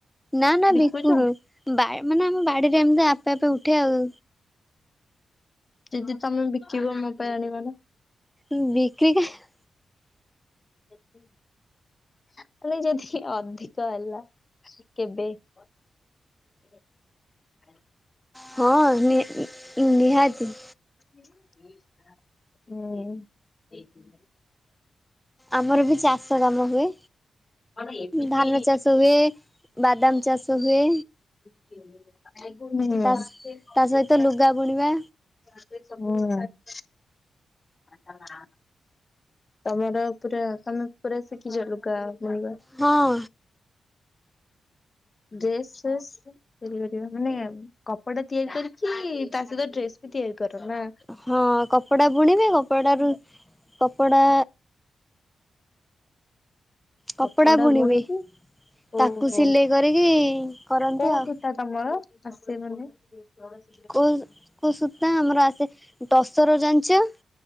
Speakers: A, in the centre; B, on the left.
A: ନା ନା
B: ବିକୁଛ
A: ବିକୁନୁ ବା ମାନେ ଆମ ବାଡିରେ ଏମିତି ଆପେ ଆପେ ଉଠେ ଆଉ
B: ଯିଦି ତମେ ବିକିବ ମୋ ପାଇଁ ଆଣିବ ନା
A: ଉଁ ବିକ୍ରି <unintelligible>
B: ଦେଖି ହେଲା ରହେ ଯଦି ଅଧିକ ହେଲା କେବେ <unintelligible>
A: ହଁ ନିଁ ନିହାତି
B: <unintelligible>
A: ଆମର ବି ଚାଷ କାମ ହୁଏ।
B: କଣ ଏମିତି
A: ଧାନ ଚାଷ ହୁଏ ବାଦାମ ଚାଷ ହୁଏ
B: <unintelligible> <unintelligible> ଉଁ
A: ତା
B: <unintelligible>
A: ତା ସହିତ ଲୁଗା
B: <unintelligible>
A: ବୁଣିବା
B: ହୁଁ <unintelligible> <unintelligible> ଆ ତମର ପୁରା ତମେ ପୁରା ଶିଖିଚ ଲୁଗା ବୁଣିବା।
A: ହଁ।
B: ଡ୍ରେସ ଫ୍ରେସ ତିଆରି କରି ରଖିବା ମାନେ କପଡା ତିଆରି କରିକି ତା ସହିତ ଡ୍ରେସ୍ ବି ତିଆରି କର ନା।
A: ହଁ କପଡା ବୁଣିବେ କପଡାରୁ କପଡା କପଡ଼ା
B: କପଡା
A: ବୁଣିବେ
B: ବୁଣିକି ଓହୋ
A: ତାକୁ ସିଲେଇ କରିକି କରନ୍ତି
B: କୋଉ
A: ଆଉ।
B: ସୂତା ତମର ହଁ ଆଉ ସେମାନେ <unintelligible>
A: କୋଉ କୋଉ ସୂତା ଆମର ଆସେ ଟସର ଜାଣିଞ୍ଚ।